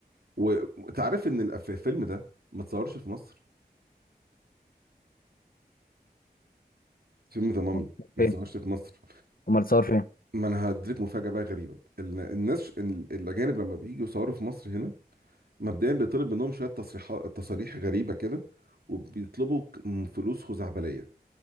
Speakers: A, on the right (about 70°); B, on the left (about 60°).
A: وانت عارف ان الأف- الفيلم ده ما اتصورش في مصر فيلم ضمامي
B: أمال
A: ما
B: فين
A: اتصورش في مصر
B: امال صور فين
A: ما انا هديك مفاجاه بقى غريبه ال- الناس ال- الاجانب لما بييجوا يصوروا في مصر هنا مبدئيا بيطلب منهم شويه تصريحات تصاريح غريبه كده وبيطلبوا ك- م- فلوس خزعبليه